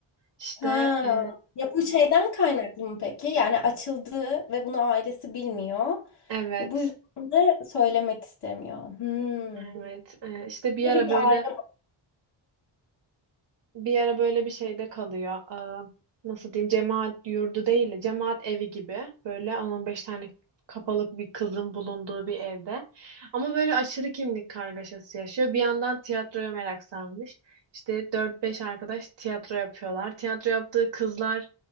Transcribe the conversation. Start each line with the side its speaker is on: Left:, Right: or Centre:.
Right: İşte
Left: Ha.
Right: e,
Left: Ya bu şeyden kaynaklı mı peki? Yani açıldı ve bunu ailesi bilmiyor.
Right: evet
Left: Ve bu yüzden de söylemek istemiyor. Hmm.
Right: evet e, işte bir
Left: Tabii
Right: ara
Left: ki
Right: böyle
Left: aile
Right: bir ara böyle bir şeyde kalıyor. Ee, nasıl diyeyim? Cemaat yurdu değil de cemaat evi gibi. Böyle on on beş tane kapalık bir kızın bulunduğu bir evde. Ama böyle aşırı kimlik kargaşası yaşıyor. Bir yandan tiyatroya merak sarmış. İşte dört beş arkadaş tiyatro yapıyorlar. Tiyatro yaptığı kızlar